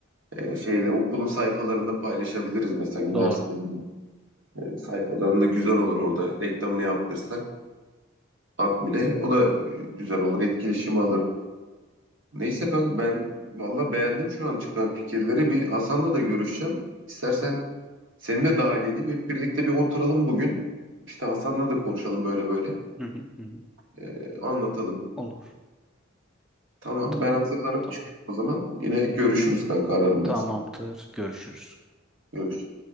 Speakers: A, on the right; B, in the centre.
A: E, şeyde okulun sayfalarında paylaşabiliriz mesela üniversitenin
B: Doğru.
A: e, sayfalarında güzel olur orada reklamını yaptırsak admine o da e, güzel olur etkileşimi alır. Neyse kanka ben valla beğendim şu an çıkan fikirleri bir Hasan'la da görüşeceğim. İstersen seni de dahil edeyim hep birlikte bir oturalım bugün. İşte Hasan'la da konuşalım böyle böyle
B: Hı hı hı. hı.
A: E, anlatalım.
B: Olur.
A: Tamam
B: Tamam.
A: ben hazırlanıp
B: Tamam.
A: çıkıyorum o zaman yine görüşürüz kanka ararım ben
B: Tamamdır.
A: seni.
B: Görüşürüz.
A: Görüşürüz.